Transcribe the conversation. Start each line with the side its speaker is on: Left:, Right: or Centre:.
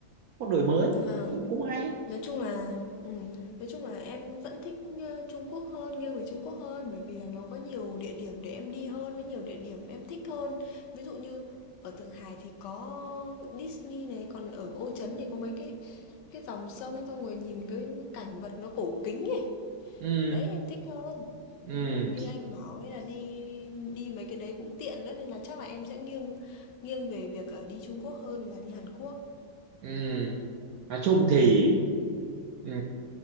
Right: có đổi mới
Left: vâng
Right: cũng cũng hay
Left: Nói chung là ừm, nói chung là em vẫn thích, ờ, Trung Quốc hơn, nghiêng về Trung Quốc hơn bởi vì là nó có nhiều địa điểm để em đi hơn, với nhiều địa điểm em thích hơn. Ví dụ như ở Thượng Hải thì có Disney này, còn ở Ô Trấn thì có mấy cái cái dòng sông xong rồi nhìn cái cảnh vật nó cổ kính ấy.
Right: ừ
Left: Đấy, em thích hơn.
Right: ừ
Left: Ừm, như anh bảo ấy là đi đi mấy cái đấy cũng tiện nữa nên là chắc là em sẽ nghiêng nghiêng về việc, ờ, đi Trung Quốc hơn là đi Hàn Quốc.
Right: ừ nói chung thì ừ